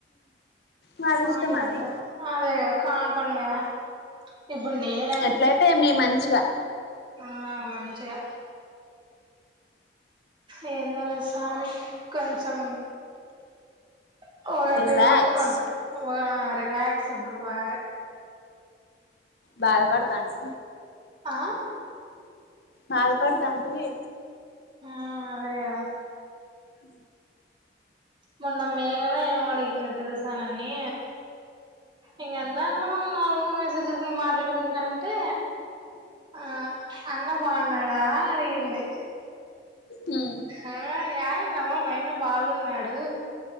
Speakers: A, on the left (about 60°); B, on the right (about 25°).
A: వాళ్ళ
B: కాని
A: ఇష్టం
B: పని
A: అది
B: కదా అదేలే కానీ పని కదా ఇప్పుడు నేను
A: ఎట్లయితే ఎమ్ నే మంచిగా
B: ఆ మంచిగా ఏందోలే స్వామి కొంచెం <unintelligible>
A: రిలాక్స్
B: రిలాక్స్ ఇప్పుడు బగా
A: బాధపడతాండు
B: ఆ
A: బాధ పడతాంటివి
B: ఆ అదే కదా
A: ఉ
B: మొన్న మేడమే ఏమడిగిందో తెలుసా నన్ని ఇంగ ఎంద నార్మల్ గా మెసేజ్ చేసుకుంటా మాట్లాడుకుంటా అంటే ఆ అన్న బాగున్నాడా అని అడిగింది
A: ఉమ్
B: ఆ యాయ్ నవ్వమ్మాయన్న బాగున్నాడు